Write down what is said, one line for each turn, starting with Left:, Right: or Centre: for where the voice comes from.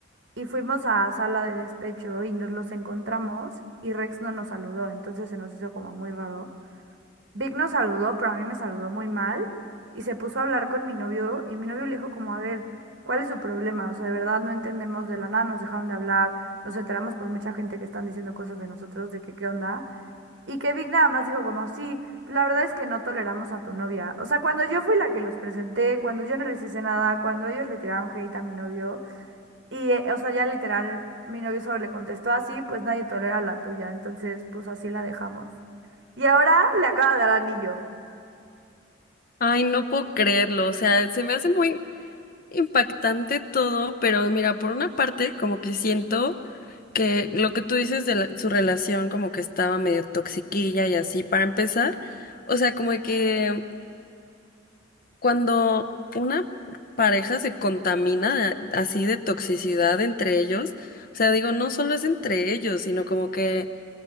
Right: y fuimos a sala de despecho y nos los encontramos y Rex no nos saludó, entonces se nos hizo como muy raro. Vic nos saludó, pero a mí me saludó muy mal y se puso a hablar con mi novio y mi novio le dijo como, a ver, ¿cuál es su problema? O sea, de verdad no entendemos de la nada, nos dejaron de hablar, nos enteramos por mucha gente que están diciendo cosas de nosotros, de que qué onda. Y que Vic nada más dijo como, sí, la verdad es que no toleramos a tu novia. O sea, cuando yo fui la que los presenté, cuando yo no les hice nada, cuando ellos le tiraron hate a mi novio y, eh, o sea, ya literal, mi novio solo le contestó así, pues nadie tolera la tuya, entonces pues así la dejamos. Y ahora le acaba de dar anillo.
Left: Ay, no puedo creerlo, o sea, se me hace muy impactante todo, pero mira, por una parte, como que siento que lo que tú dices de la- su relación como que estaba medio toxiquilla y así, para empezar, o sea, como de que Cuando una pareja se contamina de- así de toxicidad entre ellos, o sea, digo, no solo es entre ellos, sino como que